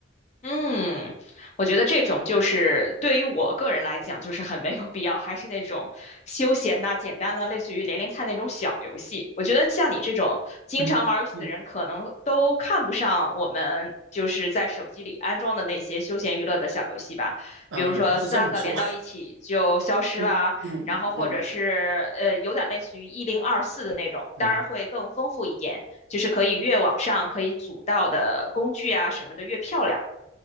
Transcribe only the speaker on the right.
嗯嗯，
啊、
也不是这么说。<laughs> 嗯嗯嗯。
嗯